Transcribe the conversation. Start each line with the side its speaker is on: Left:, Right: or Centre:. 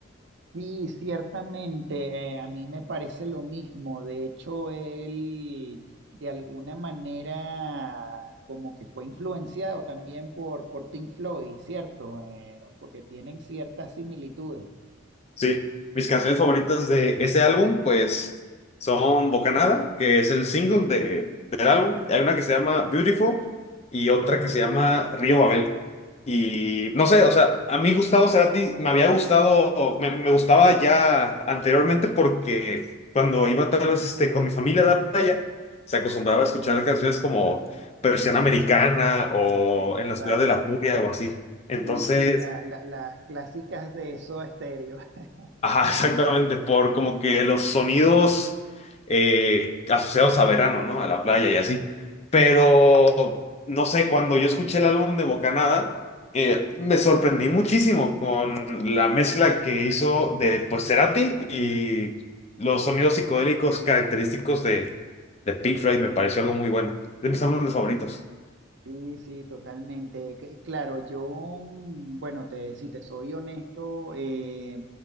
Right: Sí, ciertamente, eh, a mí me parece lo mismo. De hecho, él de alguna manera como que fue influenciado también por, por Pink Floyd, ¿cierto? Eh, porque tienen ciertas similitudes.
Left: Sí, mis canciones favoritas de ese álbum, pues, son Bocanada, que es el single de, del álbum. Hay una que se llama Beautiful y otra que se llama Río Babel. Y no sé, o sea, a mí Gustavo Cerati me había gustado, me, me gustaba ya anteriormente porque cuando iba tal vez este, con mi familia a la playa, se acostumbraba a escuchar canciones como Persiana Americana o
Right: Exacto.
Left: En la Ciudad de la Furia o así. Entonces...
Right: Sí, sí, la- la- las clásicas de Soda Stereo. <laughs>
Left: Ajá, <laughs> exactamente, por como que los sonidos eh, asociados a verano, ¿no? A la playa y así. Pero, no sé, cuando yo escuché el álbum de Bocanada, eh, me sorprendí muchísimo con la mezcla que hizo de, pues, Cerati y los sonidos psicodélicos característicos de, de Pink Floyd. Me pareció algo muy bueno. De mis álbumes favoritos.
Right: Sí, sí, totalmente. Que- Claro, yo, mm, bueno, te, si te soy honesto, eh,